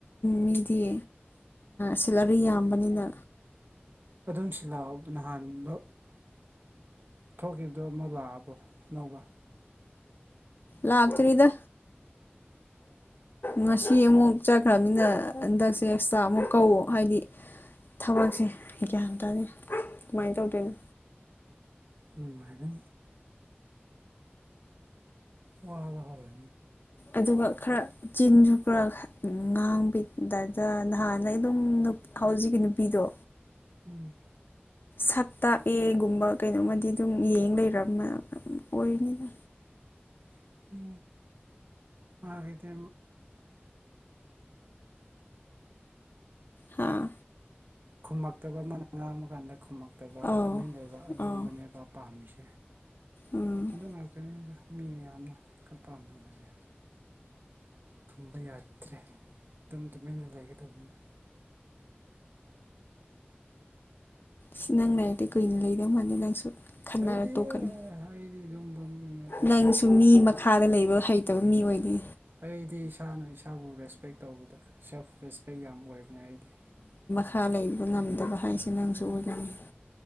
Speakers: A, on the left (about 55°); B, on the right (about 55°).
A: ꯃꯤꯗꯤ ꯁꯦꯂꯔꯤ ꯌꯥꯝꯕꯅꯤꯅ
B: ꯑꯗꯨꯝ ꯁꯤ ꯂꯥꯛꯑꯣ ꯅꯍꯥꯟꯥꯟꯕ ꯊꯣꯛꯈꯤꯕꯗꯨꯣ ꯑꯃꯨꯛ ꯂꯥꯛꯑꯕꯣ ꯑꯅꯧꯒ
A: ꯂꯥꯛꯇ꯭ꯔꯤꯗ
B: <unintelligible>
A: ꯉꯁꯤ ꯑꯃꯨꯛ ꯆꯠꯈ꯭ꯔꯕꯅꯤꯅ ꯍꯟꯗꯛꯁꯦ ꯑꯦꯛꯁꯇ꯭ꯔꯥ ꯑꯃꯨꯛ ꯀꯧ ꯍꯥꯏꯗꯤ ꯊꯕꯛꯁꯦ ꯒ꯭ꯌꯥꯟ ꯇꯥꯔꯦ ꯀꯃꯥꯏꯅ ꯇꯧꯗꯣꯏꯅꯣ
B: ꯎ ꯃꯔ ꯋꯥꯗ ꯍꯣꯏ
A: ꯑꯗꯨꯒ ꯈꯔ ꯆꯤꯟꯖꯨ ꯈ ꯉꯥꯡꯕꯤꯗꯗ ꯅꯍꯥꯟꯅ ꯑꯗꯨꯝ ꯍꯧꯖꯤꯛꯀꯤ ꯅꯨꯄꯤꯗꯣ
B: ꯎꯝ
A: ꯁꯛ ꯇꯥꯛꯑꯦꯒꯨꯝꯕ ꯀꯩꯅꯣꯝꯃꯗꯤ ꯑꯗꯨꯝ ꯌꯦꯡ ꯂꯩꯔ ꯑꯣꯏꯅꯤꯅ
B: <unintelligible> ꯎ ꯑꯣ ꯈꯩꯗꯤ
A: ꯍꯥꯥ
B: ꯈꯨꯝꯃꯛꯇꯕ ꯑꯃꯅ ꯉꯥꯡꯕ ꯀꯥꯟꯗ ꯈꯨꯝꯂꯛꯇꯕ
A: ꯑꯥꯎ
B: ꯇꯨꯃꯤꯟ ꯂꯩꯕ ꯑꯗꯨꯒꯨꯝꯕꯅꯦꯕ
A: ꯑꯥꯎ
B: ꯄꯥꯝꯃꯤꯁꯦ
A: ꯎꯝ
B: ꯑꯗꯨ ꯉꯥꯛꯇꯅꯤꯗ ꯃꯤ ꯃꯌꯥꯝꯅ ꯈꯔ ꯄꯥꯝꯅꯕꯁꯦ ꯊꯨꯝꯕ ꯌꯥꯗ꯭ꯔꯦ ꯇꯞ ꯇꯨꯃꯤꯟꯅ ꯂꯩꯒꯗꯧꯕꯅꯤ
A: ꯁꯤ ꯅꯪ ꯂꯩꯔꯗꯤꯦ ꯀꯨꯏꯅ ꯂꯩꯗꯧ ꯃꯥꯥꯟ ꯅꯪꯁꯨ ꯈꯟꯅꯔ
B: ꯑꯩꯗꯤ
A: ꯇꯣꯛꯀꯅꯤ
B: ꯑꯩꯗꯤ ꯑꯗꯨꯝꯕ ꯃꯤ ꯅꯠꯇꯦꯗ
A: ꯅꯪꯁꯨ ꯃꯤ ꯃꯈꯥꯗ ꯂꯩꯕ ꯍꯩꯇꯕ ꯃꯤ ꯑꯣꯏꯗꯦ
B: ꯑꯩꯗꯤ ꯏꯁꯥꯅ ꯏꯁꯥꯕꯨ ꯔꯦꯁꯄꯦꯛ ꯇꯧꯕꯗꯦ ꯁꯦꯜꯐ ꯔꯦꯁꯄꯦꯛ ꯌꯥꯝ ꯑꯣꯏꯕꯅꯦ ꯑꯩꯗꯤ
A: ꯈꯥ ꯂꯩꯕ ꯉꯝꯗꯕ ꯍꯥꯏꯁꯦ ꯅꯪꯁꯨ ꯑꯣꯏꯒꯅꯤ